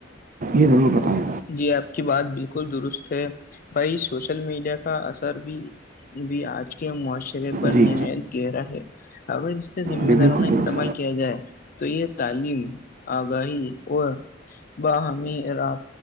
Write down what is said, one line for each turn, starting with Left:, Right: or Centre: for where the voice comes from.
Right: یہ ضرور بتائیں
Left: جی آپ کی بات بالکل درست ہے بھائی سوشل میڈیا کا اثر بھی بھی آج کے معاشرے پر
Right: جی
Left: نہایت گہرا ہے اگر اس کا ذمہ
Right: بالکل
Left: داروں ن استعمال
Right: درست
Left: کیا جائے تو یہ تعلیم آگاہی اور باہمی راب